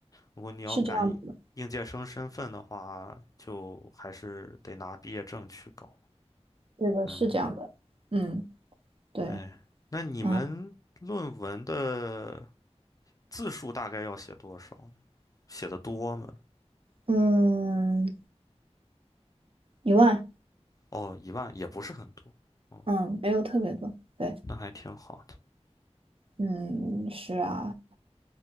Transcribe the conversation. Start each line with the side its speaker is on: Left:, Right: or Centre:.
Left: 如果你要赶应届生身份的话，
Right: 是这样子的，
Left: 就还是得拿毕业证去搞。
Right: 对的，
Left: 嗯，
Right: 是这样的。嗯，对。
Left: 哎，那你们论文的
Right: 嗯
Left: 字数大概要写多少呢写的多吗？
Right: 嗯，一万，
Left: 哦，一万也不是很多，哦，
Right: 嗯，没有特别多，对，
Left: 那还挺好的。
Right: 嗯，是啊，